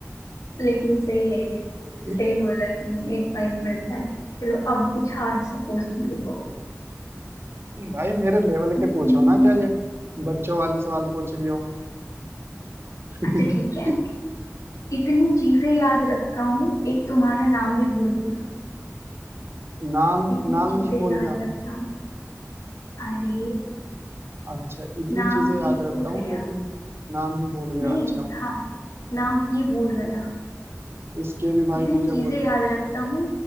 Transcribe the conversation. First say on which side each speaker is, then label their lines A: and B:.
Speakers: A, on the left (about 75°); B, on the right (about 50°).
A: लेकिन सही है ये
B: <laughs>
A: सही बोला तुमने एक पॉइंट मिलता है चलो अब कुछ हार्ड सा पूछती हूँ रुको।
B: भाई मेरे लेवल के
A: हम्म,
B: पूछो ना क्या ये बच्चों वाले सवाल पूछ रही हो <laughs>
A: अच्छा ठीक है इतनी चीजें याद रखता हूँ एक तुम्हारा नाम ही भूल गया
B: नाम
A: इतनी
B: नाम
A: चीजें
B: नहीं
A: याद
B: भूलता
A: रखता हूँ अरे
B: अच्छा इतनी
A: नाम
B: चीजें याद
A: ही
B: रखता
A: भूल
B: हूँ
A: गया
B: लेकिन नाम ही भूल गया
A: नहीं
B: अच्छा
A: हाँ नाम ही भूल गया
B: इसके भी भाई
A: इतनी
B: मुझे
A: चीजें
B: वो
A: याद रखता हूँ